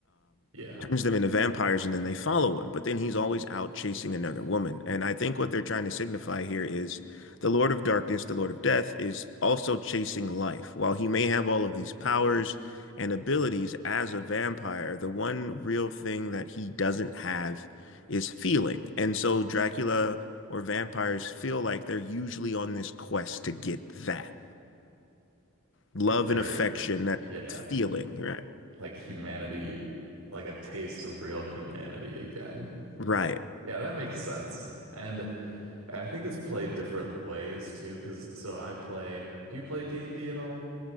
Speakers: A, on the right; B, on the left.
A: Yeah.
B: turns them into vampires and then they follow him. But then he's always out chasing another woman. And I think what they're trying to signify here is the Lord of Darkness, the Lord of Death, is also chasing life. While he may have all of these powers and abilities as a vampire, the one real thing that he doesn't have is feeling. And so Dracula or vampires feel like they're usually on this quest to get that love
A: Get their,
B: and affection, that
A: yeah,
B: feeling, right?
A: like humanity, like a taste of real humanity again.
B: Right.
A: Yeah, that makes sense. And I think it's played different ways too, because so I play, do you play D&D at all?